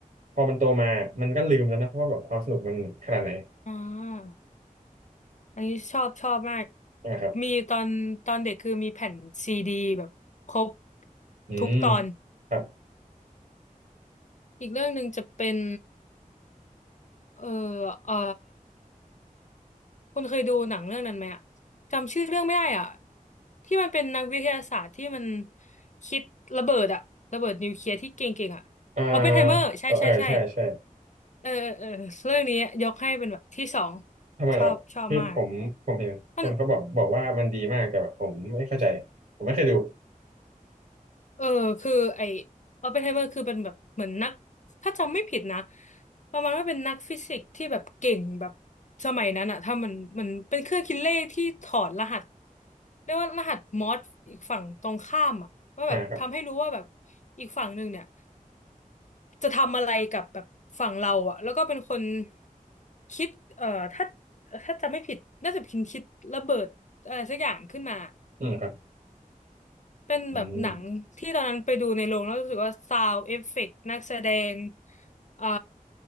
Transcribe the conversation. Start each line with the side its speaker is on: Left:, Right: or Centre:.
Right: พอมันโตมามันก็ลืมแล้วนะว่าแบบความสนุกมันขนาดไหน
Left: อ่าอันนี้ชอบชอบมาก
Right: นะครับ
Left: มีตอนตอนเด็กคือมีแผ่นซีดีแบบครบ
Right: อืม
Left: ทุกตอน
Right: ครับ
Left: อีกเรื่องหนึ่งจะเป็นเอ่อเอ่อ คุณเคยดูหนังเรื่องนั้นไหมอะจำชื่อเรื่องไม่ได้อ่ะที่มันเป็นนักวิทยาศาสตร์ที่มันคิดระเบิดอะระเบิดนิวเคลียร์ที่เก่งๆอะออปเพนไฮเมอร์ใช่ใช่ใช่
Right: อ่าเออเออใช่ ใช่
Left: เออเออเออเรื่องนี้ยกให้เป็นแบบที่สอง
Right: ทำไมเหรอคือผมผมเห็นคนเขาบอกบอกว่ามันดีมากแต่แบบผมไม่เข้าใจ
Left: ชอบชอบมากมัน
Right: ผมไม่เคยดู
Left: เออคือไอออปเพนไฮเมอร์คือเป็นแบบเหมือนนักถ้าจำไม่ผิดนะประมาณว่าเป็นนักฟิสิกส์ที่แบบเก่งแบบสมัยนั้นอะถ้ามันมันเป็นเครื่องคิดเลขที่ถอดรหัสเรียกว่ารหัสมอร์สอีกฝั่งตรงข้ามอะว่าแบบทำให้รู้ว่าแบบ
Right: อ่าครับ
Left: อีกฝั่งหนึ่งเนี่ยจะทำอะไรกับแบบฝั่งเราอะแล้วก็เป็นคนคิดเอ่อถ้าถ้าจำไม่ผิดน่าจะเป็นคิดระเบิดอะไรสักอย่างขึ้นมา
Right: อืมครับ
Left: เป็นแบบหนังที่ตอนนั้นไปดูในโรงแล้วรู้สึกว่าซาวเอฟเฟกต์นักแสดง
Right: อืม
Left: เอ่อ